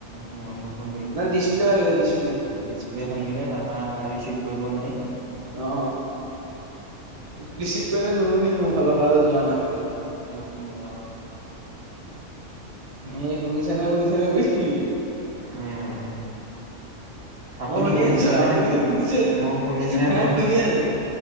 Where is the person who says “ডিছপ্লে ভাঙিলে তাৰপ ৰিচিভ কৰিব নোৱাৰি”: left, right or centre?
Right